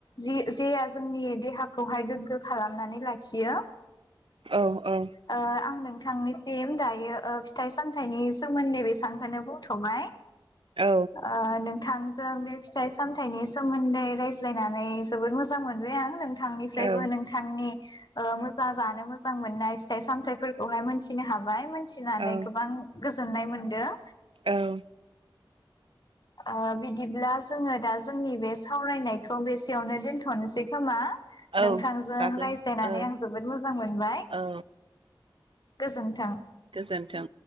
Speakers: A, on the left; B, on the right.
A: जे जेया जोंनि देहाखौहाय गोग्गो खालामनानै लाखियो।
B: औ औ
A: ओ आं नों थां निसिम दायो ओ फिथाइ-साम फिथायनि सोमोन्दै बेसांखौनो बुंथ'बाय।
B: औ
A: आ नों थां जों बे फिथाइ-सामथाइनि सोमोन्दै रायज्लायनानै जोबोद मोजां मोनबाय आं नों नोंथां निफ्रायबो
B: औ
A: नोंथांनि ओ मोजां जानो मोजां मोननाय फिथाइ-सामथायाइफोरखौहाय मोनथिनो हाबाय मिथिनानै
B: औ
A: गोबां गोजोननाय मोनदों।
B: औ
A: ओ बिदिब्ला जोंङो दा जोंनि बे सावरायनायखौ बेसेयावनो दोन्थ'नोसै खोमा?
B: औ
A: नोंथांजों
B: जागोन
A: रायज्लायनानै
B: औ
A: आं जोबोद मोजां मोनबाय
B: औ
A: गोजोन्थों।
B: गोजोन्थों